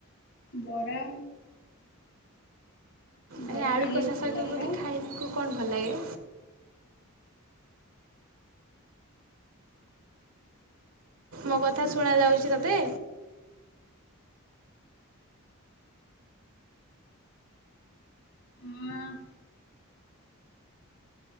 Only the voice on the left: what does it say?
ବରା ବରା
ଖାଇଲେ
ବି ଭଲ
ଲାଗିବ
ହଁ